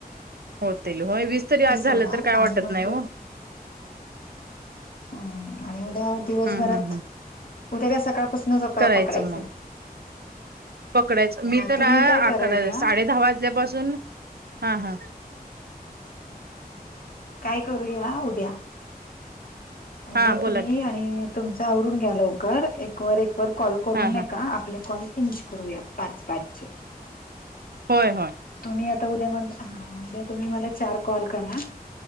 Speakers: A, on the right; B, on the left.
A: होतील. होय वीस तरी आज झालं
B: होणार
A: तर काय
B: आणि
A: वाटत
B: मग
A: नाही ओ.
B: हम्म आणि उद्या दिवसभरात,
A: हम्म हम्म हम्म.
B: उद्या काय सकाळपासूनच आता
A: करायचं
B: पकडायच.
A: मग पकडायचं. मी तर
B: तुम्ही काय करा
A: अकरा
B: उद्या
A: साडे दहा वाजल्यापासून, हा हां
B: काय करूया उद्या उद्या
A: हा बोला
B: तुम्ही
A: की
B: आणि तुमच आवरून घ्या लवकर एक वर एक व कॉल करून
A: हा
B: नय
A: हा
B: का, आपले कॉल फिनिश करूया पाच पाचचे.
A: होय होय.
B: तुम्ही आता उद्या म ह, उद्या तुम्ही मला चार कॉल करा.